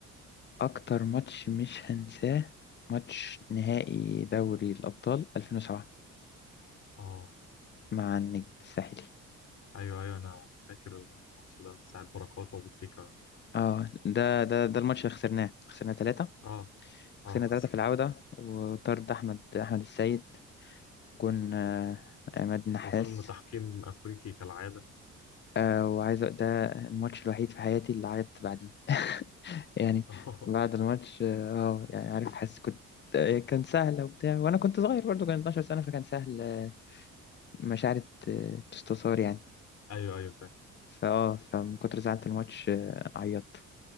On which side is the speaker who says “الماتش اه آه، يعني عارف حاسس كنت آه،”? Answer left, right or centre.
Left